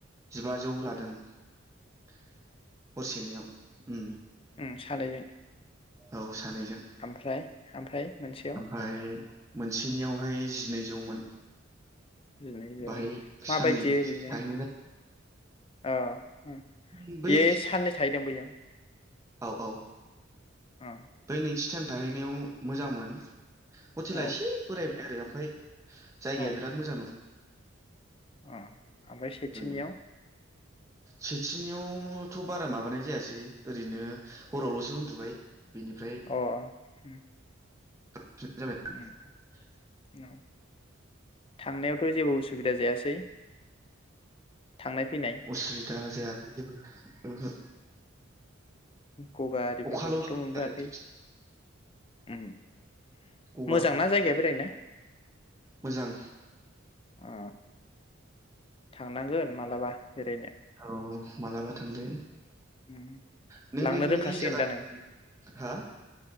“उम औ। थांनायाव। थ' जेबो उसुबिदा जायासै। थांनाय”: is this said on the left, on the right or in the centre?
Left